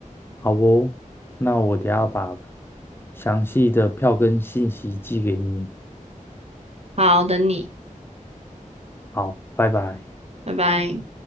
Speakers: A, on the left; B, on the right.
A: 好不，那我等下把详细的票根信息寄给你。
B: 好，等你，
A: 好，拜拜。
B: 拜拜。